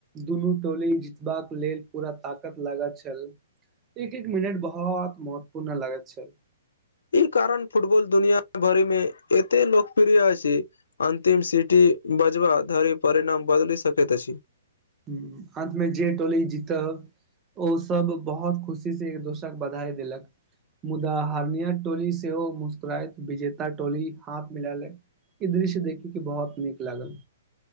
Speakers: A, on the right; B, on the left.
A: दुनू टोली जीत बाक लेल पूरा ताकत लागा छल एक एक मिनट बहु महत्वपूर्ण लाग छल
B: ई कारण फुटबल दुनिया भरिमे एतेक लोकप्रिय अछि अन्तिम सिटी बजब धरी परिणाम बदल सक अछि
A: हूं अंत मे जे टोली जीतब ओ सब बहुत खुशी से एक दोसर बधाई देलक मुदा हरनिया टोली सेहो मुस्करात विजेता टोली हाथ मिल लै ई दृश्य देखी के बहौत नीक लागल